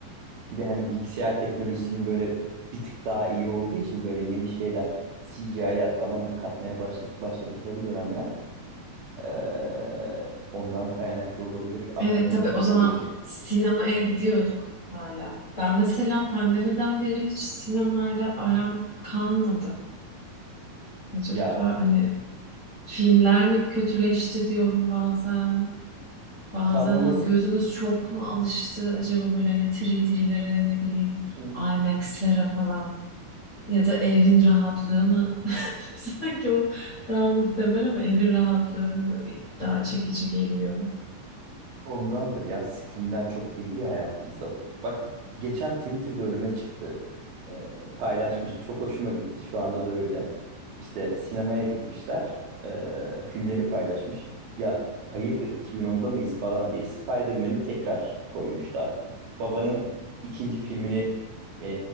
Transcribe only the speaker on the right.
Bir de hani bilgisayar teknolojisinin böyle bir tık daha iyi olduğu için böyle yeni şeyler, CGI'ler falan da katmaya başladık, başladıkları dönemler ee, ondan kaynaklı olabilir. Aklıma
hep
o
geliyor
çünkü.
Ya
kalmaması
hmm,
Ondandır ya. Streamler çok girdi ya hayatımıza. Bak geçen Twitter'da önüme çıktı. Ee, paylaşmış. Çok hoşuma gitti. Şu anda da öyle. İşte sinemaya gitmişler. Ee, filmleri paylaşmış. Ya hayırdır 2010'da mıyız falan diye Spider-Man'i tekrar koymuşlar. Babanın ikinci filmini e,